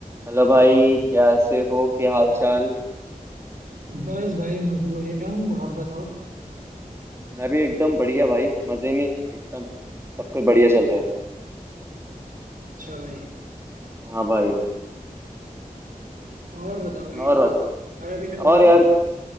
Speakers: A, on the right (about 15°); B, on the right (about 70°).
A: Hello भाई कैसे हो क्या हाल चाल
B: बस भाई मैं तो बढ़िया हूँ आप बताओ
A: मैं भी एकदम बढ़िया भाई मजे में एकदम सब कुछ बढ़िया चल रहा है
B: अच्छा भाई अ,
A: हाँ भाई
B: और बताओ भाई
A: और बता
B: खाना पीना हो गया
A: और यार
B: आपका